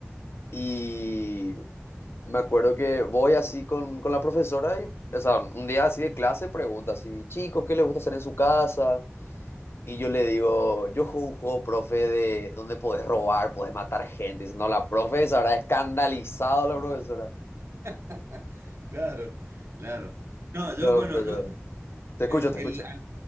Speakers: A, on the left; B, on the right.
A: Y me acuerdo que voy así con, con la profesora y, o sea, un día así de clase pregunta así, chicos, ¿qué les gusta hacer en su casa? Y yo le digo, yo juego un juego, profe, de donde podés robar, podés matar gente. Y dice, no, la profe se habrá escandalizado la profesora.
B: <laughs> Claro, claro. No,
A: No,
B: yo, bueno,
A: pero...
B: yo,
A: Te escucho,
B: el,
A: te
B: el,
A: escucho.
B: al-